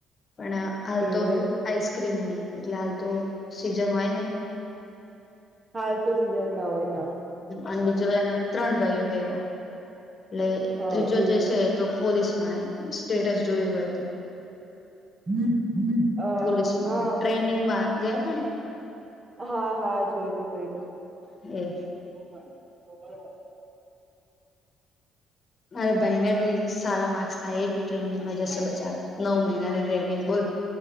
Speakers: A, on the left; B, on the right.
A: પણ હાલ
B: એવું
A: તો
B: એમ
A: આઈસક્રીમની એટલે હાલ તો સીઝન હોય ને.
B: હાલ તો સીઝનના હોય ના.
A: અન જરાં એના ત્રણ ભાઈઓ હેર્યા એટલે
B: હા
A: ત્રીજો
B: એવું
A: જે
B: એમ
A: છે. તો પોલીસ માં સ્ટેટસ જોયું હોય તો
B: હમ્મ હમ્મ અ
A: પોલીસમાં
B: હા
A: ટ્રેનિંગમાં
B: મતલબ
A: ગયા તા ને
B: હા હા જોયતું જોયતું
A: હમ્મ.
B: <inaudible>
A: મારા ભાઈને બી સારા માર્ક્સ થાય એ બી ટ્રેનિંગમાં જશે બચારો નવ મહિનાની ટ્રેનિંગ બોલ